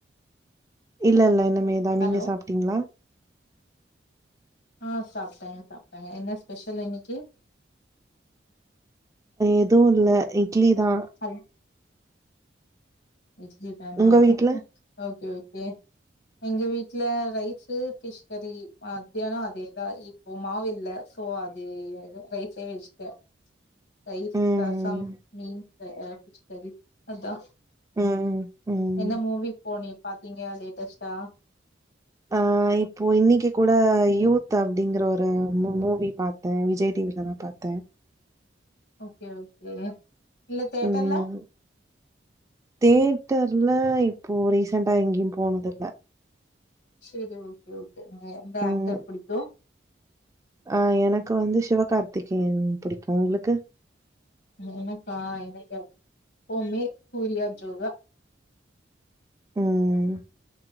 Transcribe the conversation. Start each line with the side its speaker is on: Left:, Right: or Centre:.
Right: இல்ல இல்ல இனிமே தான்
Left: ஹலோ
Right: நீங்க சாப்ட்டீங்களா
Left: ஆ சாப்ட்டேங்க சாப்ட்டேங்க என்ன ஸ்பெஷல் இன்னைக்கு
Right: எதுவும் இல்ல இட்லி தான்
Left: ஹல் இட்லி தானா
Right: உங்க வீட்ல
Left: ஓகே ஓகே எங்க வீட்ல ரைஸ் பிஷ் கறி மத்தியானம் அதே தான் ஓ மாவு இல்ல சோ அதோ ரைஸே வெச்சிட்டே தயிர்
Right: ம்
Left: ரைஸம் ரசம் மீன் ஃபிஸ் கறி அதான்
Right: ம் ம்
Left: என்ன மூவி போனி பாத்தீங்கா லேட்டஸ்ட்டா
Right: ஆ இப்போ இன்னைக்கு கூட யூத் அப்டிங்கற ஒரு மூவி பாத்த தே விஜய் டிவிலதான் பாத்தேன்
Left: ஓகே ஓகே இல்ல தியட்டர்ல
Right: ம் தேட்டர்ல இப்போ ரீசென்டா எங்கேயும் போனத இல்ல
Left: செரி ஓகே ஓகே நீங்க எந்த
Right: ம்
Left: ஆக்டர் பிடிக்கு
Right: ஆ எனக்கு வந்து சிவ கார்த்திகேயன் பிடிக்கும் உங்களுக்கு
Left: எனக்கா எனக்கு எப்மே சூர்யா ஜோ
Right: ம்